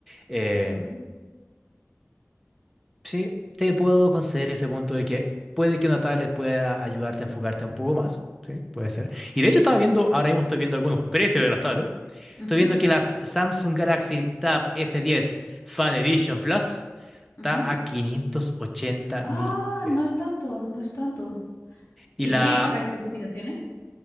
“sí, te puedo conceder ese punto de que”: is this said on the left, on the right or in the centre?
Centre